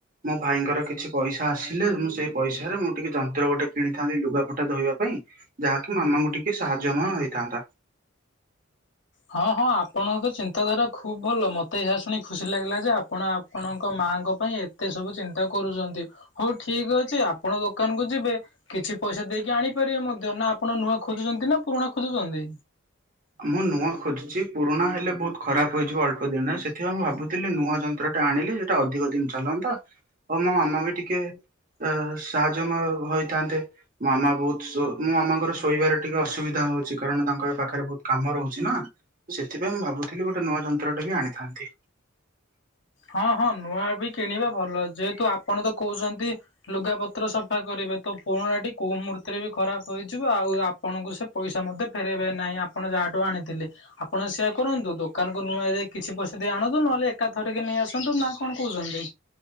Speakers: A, on the right; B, on the left.
A: ମୋ ଭାଇଙ୍କର କିଛି ପଇସା ଆସିଲେ ମୁଁ ସେଇ ପଇସାରେ ମୁଁ ଟିକେ ଯନ୍ତ୍ର ଗୋଟେ କିଣିଥାନ୍ତି ଲୁଗା ପଟା ଧୋଇବା ପାଇଁ ଯାହାକି ମାମାଙ୍କୁ ଟିକେ ସାହାଯ୍ୟମୟ ହେଇଥାନ୍ତା।
B: ହଁ ହଁ ଆପଣଙ୍କ ତ ଚିନ୍ତାଧାରା ଖୁବ ଭଲ ମତେ ଏହା ଶୁଣି ଖୁସି ଲାଗିଲା ଯେ ଆପଣ ଆ ଆପଣଙ୍କ ମାଆଙ୍କ ପାଇଁ ଏତେ ସବୁ ଚିନ୍ତା କରୁଚନ୍ତି। ହୋଉ ଠିକ ଅଛି ଆପଣ ଦୋକାନ କୁ ଯିବେ। କିଛି ପଇସା ଦେଇକି ଆଣିପାରିବେ ମଧ୍ୟ ନା ଆପଣ ନୂଆ ଖୋଜୁଛନ୍ତି ନା ପୁରୁଣା ଖୋଜୁଛନ୍ତି?
A: ମୁଁ ନୂଆ ଖୋଜୁଛି ପୁରୁଣା ହେଲେ ବୋହୁତ ଖରାପ ହେଇଯିବ ଅଳ୍ପ ଦିନ ସେଥିପାଇଁ ମୁଁ ଭାବୁଥିଲି ନୂଆ ଯନ ନ୍ତ୍ର ଟେ ଆଣିଲେ ସେଟା ଅଧିକ ଦିନ ଚାଲନ୍ତା ଆଉ ମୋ ମାମା ବି ଟିକେ ଅ ସାହାଯ୍ୟମୟ ହୋଇଥାନ୍ତେ। ମାମା ବୋହୁତ ସୋ ମୋ ମାମାଙ୍କର ଶୋଇବାରେ ଟିକେ ଅସୁବିଧା ହୋଉଚି କାରଣ ତାଙ୍କ ପାଖରେ ବୋହୁତ କାମ ରହୁଚି ନା ସେଥିପାଇଁ ମୁଁ ଭାବୁଥିଲି ଗୋଟେ ନୂଆ ଯନ୍ତ୍ରଟେ ବି ଆଣିଥାନ୍ତି।
B: ହଁ ହଁ ନୂଆ ବି କିଣିବା ଭଲ ଯେହେତୁ ଆପଣ ତ କୋହୁଛନ୍ତି ଲୁଗା ପତ୍ର ସଫା କରିବେ ତ ପୁରୁଣାଟି କୋଉ ମୁହୂର୍ତ୍ତରେ ରେ ବି ଖରାପ ହୋଇଯିବ ଆଉ ଆ ଆପଣଙ୍କୁ ସେ ପଇସା ମଧ୍ୟ ଫେରେଇବେ ନାହିଁ ଆପଣ ଯାହାଠୁ ଆଣିଥିଲେ। ଆପଣ ସେୟା କରନ୍ତୁ ଦୋକାନକୁୁ ନୂଆ ଯାଇ କିଛି ପଇସା ଦେଇ ଆଣନ୍ତୁ ନହେଲେ ଏକାଥରେ ଥରକେ ନେଇ ଆସନ୍ତୁ ନା କଣ କୋହୁଚନ୍ତି।